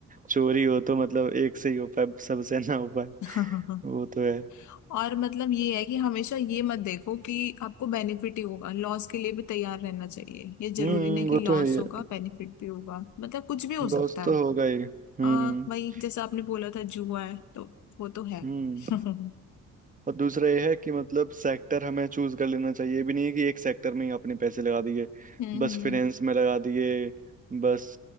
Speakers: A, on the right (about 25°); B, on the left (about 70°).
A: चोरी हो तो मतलब एक से ही हो पाए सबसे ना हो पाए
B: <laughs>
A: वो तो है
B: और मतलब ये है कि हमेशा ये मत देखो कि आपको बेनिफिट ही होगा लॉस के लिए भी तैयार रहना चाहिए ये जरूरी
A: हम्म
B: नहीं कि
A: वो
B: लॉस
A: तो है ही है
B: होगा बेनिफिट भी होगा मतलब कुछ भी हो सकता
A: लॉस
B: है
A: तो होगा ही हम्म
B: हाँ वही जैसे आपने बोला था जुआ है तो वो तो है <laughs>
A: हम्म
B: हम्म
A: और दूसरा यह है कि मतलब सेक्टर हमें चूज कर लेना चाहिए ये भी नहीं है कि एक सेक्टर में ही अपने पैसे लगा दिए
B: हम्म
A: बस फाइनेंस में लगा दिए बस